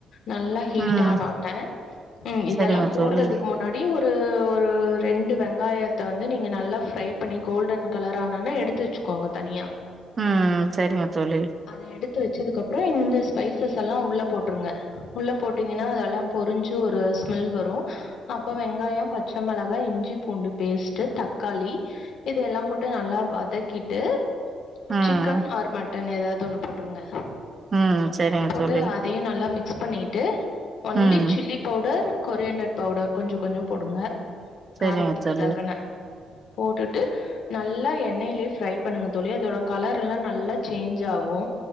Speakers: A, on the left (about 70°); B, on the right (about 40°).
A: நல்லா ஹீட்
B: ம்
A: ஆனா ஒன்ன ம் இதெல்லா
B: சரிங்க
A: போட்றதுக்கு
B: தோழி
A: முன்னாடி ஒரு ஒரு ரெண்டு வெங்காயத்த வந்து நீங்க நல்லா ஃப்ரை பண்ணி கோல்டன் கலர் ஆனா ஒன்னே எடுத்து ச்சுகோங்க தனியா
B: ம் சரிங்க தோழி
A: அத எடுத்து வெச்சதுக்கப்றோ இந்த ஸ்பைசஸ் அல்லா உள்ள போட்ருங்க உள்ள போட்டீங்கனா அதெல்லாம் பொருஞ்சு ஒரு ஸ்மெல் வரு அப்போ வெங்காயோ பச்ச மெளகா இஞ்சி பூண்டு பேஸ்ட்டு தக்காளி இதையெல்லாம் போட்டு நல்லா வதக்கிட்டு
B: ம்
A: சிக்கன் ஆர் மட்டன் எதாது ஒன்னு போட்ருங்க
B: ம் சரிங்க
A: போட்டு
B: தோழி
A: அத் தியு நல்லா மிக்ஸ் பண்ணிட்டு ஒன்லி
B: ம்
A: ல்லி பவுடர் கொரியாண்டர் பவுடர் கொஞ்சோ கொஞ்சோ போடுங்க
B: சரிங்க
A: காரத்துக்கு
B: தோழி
A: தகுன போட்டுட்டு நல்லா எண்ணெயிலே ஃப்ரை பண்ணுங்க தோழி அதோட கலர் எல்லா நல்லா சேன்ஜ் ஆகு